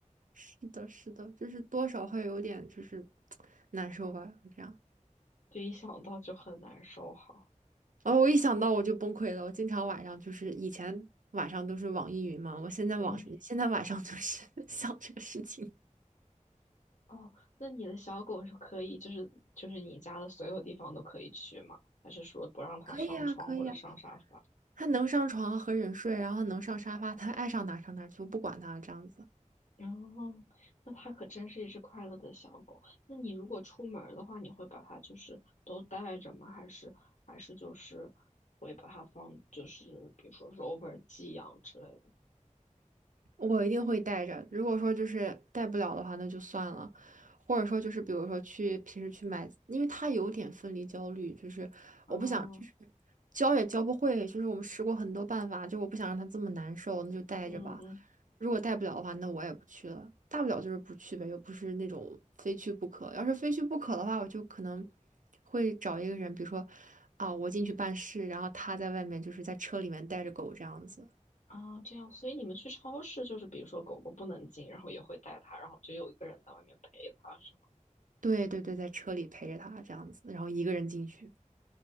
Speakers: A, on the right; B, on the left.
A: 是的，是的，就是多少会有点就是难受吧，就这样。
B: 就一想到就很难受哈。
A: 哦，我一想到我就崩溃了。我经常晚上就是以前晚上都是网易云嘛，我现在网现在晚上就是
B: 嗯，
A: <laughs> 想这个事情。
B: 哦，那你的小狗是可以，就是就是你家的所有地方都可以去吗？还是说不让它上床或者上沙发？
A: 可以啊，可以啊，他能上床和人睡，然后能上沙发，他爱上哪上哪去，我不管他这样子。
B: 哦，那它可真是一只快乐的小狗。那你如果出门儿的话，你会把它就是都带着吗？还是还是就是会把它放，就是比如说 rover 寄养之类的？
A: 我一定会带着。如果说就是带不了的话，那就算了。或者说就是比如说去平时去买，因为他有点分离焦虑，就是我不想就是
B: 啊，嗯
A: 教也教不会，就是我们试过很多办法，就我不想让他这么难受，那就带着吧。
B: 嗯。
A: 如果带不了的话，那我也不去了。大不了就是不去呗，又不是那种非去不可。要是非去不可的话，我就可能会找一个人，比如说啊，我进去办事，然后他在外面就是在车里面带着狗这样子。
B: 啊，这样，所以你们去超市就是，比如说狗狗不能进，然后也会带它，然后就有一个人在外面陪它，是吗？
A: 对对对，在车里陪着他这样子，然后一个人进去。